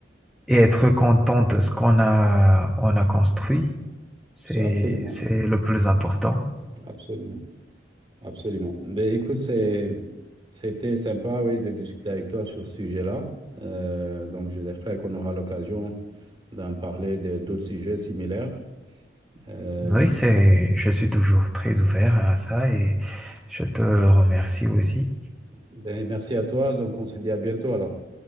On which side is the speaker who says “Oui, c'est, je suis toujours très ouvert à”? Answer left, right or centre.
Centre